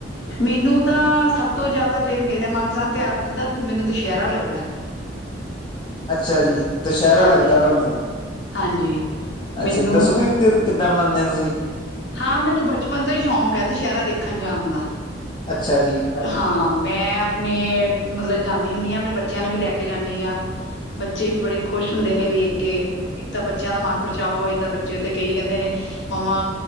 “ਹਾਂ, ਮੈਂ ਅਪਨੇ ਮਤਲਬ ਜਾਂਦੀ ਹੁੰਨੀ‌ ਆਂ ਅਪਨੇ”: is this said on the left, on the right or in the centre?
Left